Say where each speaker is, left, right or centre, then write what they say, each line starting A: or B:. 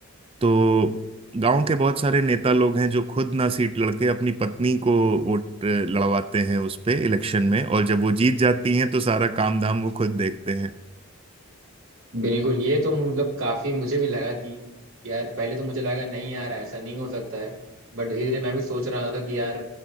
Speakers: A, on the right; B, on the right.
A: तो गांव के बहुत सारे नेता लोग हैं जो खुद ना सीट लड़के अपनी पत्नी को वोट लड़वाते हैं उस पे इलेक्शन में और जब वो जीत जाती हैं तो सारा काम धाम वो खुद देखते हैं
B: बिल्कुल ये तो मतलब काफी मुझे भी लगा कि यार पहले तो मुझे लगा नहीं यार ऐसा नहीं हो सकता है बट धीरे धीरे मैं भी सोच रहा था कि यार